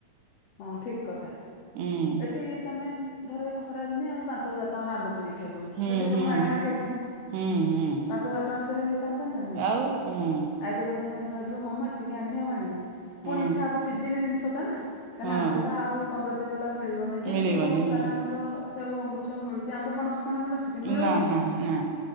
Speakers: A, on the left; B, on the right.
A: ହଁ ଠିକ କଥା।
B: ହୁଁ।
A: ଏଠି ତମେ ଧର ଏଇ ଖରାଦିନିଆ ଆମେ ପାଞ୍ଚ ହଜାର ଟଙ୍କାର ଆମ୍ବ କିଣିକି ଖାଇ ଦଉଛୁ,
B: ହୁଁ
A: ସେଠି
B: ହୁଁ
A: ତମ ମାଗଣା ଖାଇଥାନ୍ତୁ।
B: ହୁଁ ହୁଁ
A: ପାଞ୍ଚହଜାର ଟଙ୍କା ସେଭ୍ ହେଇଥାନ୍ତା ନା ନାଇଁ?
B: ଆଉ ହୁଁ
A: ଆ ଏଠି ତ ତମେ ଭାବିବ, ହଁ ମୁଁ ଏତିକି ଆଣିବି ଆଉ ଆଣିବିନି,
B: ହୁଁ
A: ପୁଣି ଇଚ୍ଛା ହବ ସିଜିନି ଜିନିଷଟା ନା। କାଇଁନା
B: ହଁ
A: ଆମ୍ବ ତ ଆଉ ପନ୍ଦର ଦିନ ଗଲେ ଆଉ ମିଳିବନି। ଯେମତି
B: ମିଳିବନି
A: ବର୍ଷ
B: ହଁ
A: ସାରା ଆମର ସେଉ, ଅଙ୍ଗୁରୁ ସବୁ ମିଳୁ ଆମ୍ବ, ପଣସ କଣ ମିଳୁଚି କି? ମିଳୁନି।
B: ନା ନା ନା